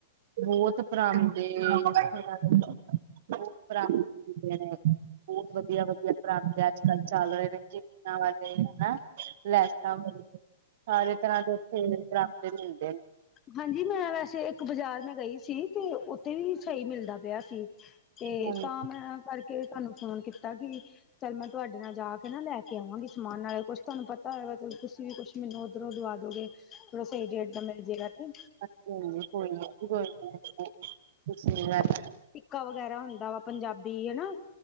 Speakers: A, on the right; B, on the left.
A: ਬਹੁਤ ਪਰਾਂਦੇ ਬਹੁਤ ਪ੍ਰਾਪਤ ਹੁੰਦੇ ਨੇ ਬਹੁਤ ਵਧੀਆ ਵਧੀਆ ਪ੍ਰਾਪਤੀ ਅੱਜ ਕੱਲ ਚਲ ਰੇ ਜਿਪਟਾ ਵਾਲੇ ਹੈਨਾ ਲੈਸ ਆਊਗੀ ਸਾਰੇ ਤਰ੍ਹਾਂ ਦੇ ਉੱਥੇ ਏਅਰ ਡਰਾਫਟ ਮਿਲਦੇ ਨੇ
B: ਹਾਂਜੀ ਮੈਂ ਵੈਸੇ ਇੱਕ ਬਾਜ਼ਾਰ ਮੈਂ ਗਈ ਸੀ ਤੇ ਉੱਥੇ ਵੀ ਸਹੀ ਮਿਲਦਾ ਪਿਆ ਸੀ। ਤੇ
A: ਹਾਂਜੀ
B: ਤਾਂ ਮੈਂ ਕਰਕੇ ਤੁਹਾਨੂੰ ਫੋਨ ਕੀਤਾ ਕਿ ਚੱਲ ਮੈਂ ਤੁਹਾਡੇ ਨਾਲ ਜਾ ਕੇ ਨਾ ਲੈ ਕੇ ਆਵਾਂਗੀ ਸਮਾਨ, ਨਾਲੇ ਕੁਛ ਤੁਹਾਨੂੰ ਪਤਾ ਹੋਗਾ ਚ ਤੁਸੀ ਵੀ ਕੁਛ ਮੈਨੂੰ ਉੱਧਰੋਂ ਦਵਾ ਦੋਗੇ, ਥੋੜਾ ਸਹੀ ਡੇਟ ਦਾ ਮਿਲ ਜੇਗਾ।
A: <unintelligible>
B: ਤੇ ਕਾ ਵਗੈਰਾ ਹੁੰਦਾ ਵਾ ਪੰਜਾਬੀ ਹਨਾ,